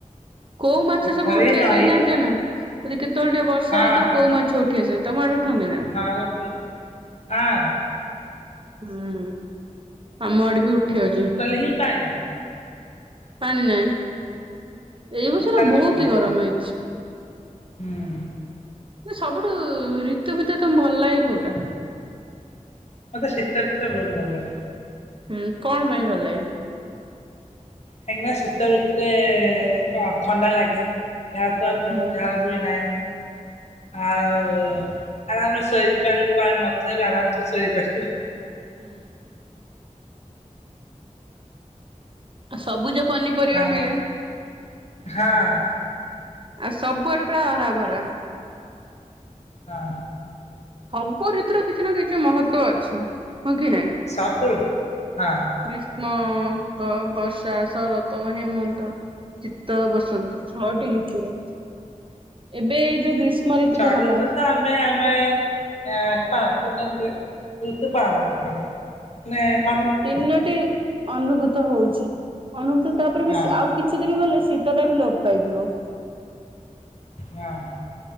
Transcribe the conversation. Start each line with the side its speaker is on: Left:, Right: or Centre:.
Right: କୋଉ ମାଛ
Left: ପୋଖରୀ
Right: ସବୁ ଉଠିଆସନ୍ତି
Left: ନଈ
Right: ଜାଣିଚ ନା ଯଦି କେତେବେଳେ ଟିକେ ବର୍ଷା
Left: ହଁ
Right: ହେଇଥିବ କୋଉ ମା ଛ ଉଠିଆସନ୍ତି ତମ ଆଡେ ଉଠନ୍ତି ନା?
Left: ଆଉ ପୃଟ୍ ହଁ।
Right: ହୁଁ ଆମ ଆଡେ ବି ଉଠିଆଉଚି।
Left: କଲେ ହିଁ ପାଏନା।
Right: ପାଣି ନାଇଁ ଏଇ
Left: ଟୋଟାଲ
Right: ବର୍ଷରା ବୋହୁତ
Left: ଶୁଖି ଯାଇଛି।
Right: ହି ଗରମ ହେଇଚି।
Left: ହୁଁ।
Right: ନାଇ ସବୁଠୁ ଋତୁ ଭିତରେ ତମୁ ଭଲଲାଗେ କୋଉଟା?
Left: ମତେ ଶୀତଋତୁଟା ବୋହୁତ ଭଲଲାଗେ।
Right: ଉଁ କଣ ପାଇଁ ଭଲ ଲାଗେ?
Left: କାହିଁକିନା ଶୀତ ଋତୁରେ କଣ ଥଣ୍ଡା ଲାଗେ ଏହା ଝାଳ ବୁ
Right: ହୁଁ।
Left: ବୁହେ ନାଇଁ ଆଉ ଆରାମରେ ଶୋଇ ବି ପାରିବୁ କଣ ନଥିଲେ ବି ଆରାମସେ ଶୋଇପାରିବୁ।
Right: ହୁଁ। ସବୁଜ ପନିପରିବା
Left: ଆଉ
Right: ମିଳେ।
Left: ହଁ।
Right: ଆଉ ସବୁଆଡେ ପୁରା ହରାଭରା।
Left: ହଁ।
Right: ସବୁ ଋତୁରେ କିଛି ନା କିଛି ମହତ୍ଵ ଅଛି ହଁ କି ନାଇଁ।
Left: ସବୁ ଋତୁ ହଁ।
Right: ଗ୍ରୀଷ୍ମ, ଗ ବର୍ଷା, ଶରତ, ହେମନ୍ତ। ଶୀତ, ବସନ୍ତ ଛଅଟି ଋତୁୁର ଏବେ ଏଇ ଯୋଉ ଗ୍ରୀଷ୍ମ ଋତୁଟା
Left: ଷଢ଼
Right: ହେଲା।
Left: ଋତୁ ତ ଆମେ ଆମେ ଏଁ କଁ ତିନୋଟି ଋତୁ ପଳନ କରୁଛୁ ଆମେ ଆମେ
Right: ତିନୋଟି ଅନୁଭୂତ ହୋଉଛି ଅନୁଭୂତ ତାପରେ
Left: ହଁ
Right: ବି ସେ ଆଉ କିଛି ଦିନି ଗଲେ ଶୀତଟା ବି ଲୋପ ପାଇଯିବ।
Left: ୟା ମ